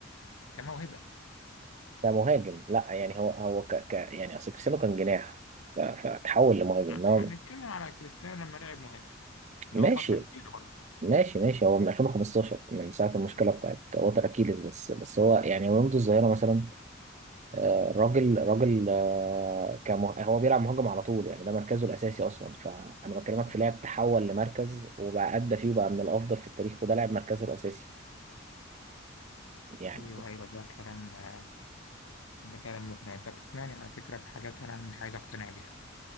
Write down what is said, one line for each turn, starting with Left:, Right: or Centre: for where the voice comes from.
Left: كموهبه
Right: ده مهاجم لا يعني هو هو ك... ك... يعني اصل كريستيانو كان جناح ف... فتحول لمهاجم
Left: نعم،
Right: انما
Left: احنا بنتكلم على كريستيانو لما لعب مهاجم اللي
Right: ماشي
Left: هو فتره كبيره برضه
Right: ماشي ماشي هو من 2015 من ساعة المشكلة بتاعت وتر أكيليس بس بس هو يعني رونالدو الظاهرة مثلا آه، راجل راجل آه، كمه... هو بيلعب مهاجم على طول يعني ده مركزه الأساسي أصلا فأنا بكلمك
Left: مم.
Right: في لاعب تحول لمركز وبقى أدى فيه وبقى من الأفضل في التاريخ وده لاعب مركزه الأساسي يعني
Left: ايوه ايوه ده كلام آه، ده كلام مقنع انت بتقنعني على فكره بحاجات انا مش عايز اقتنع بيها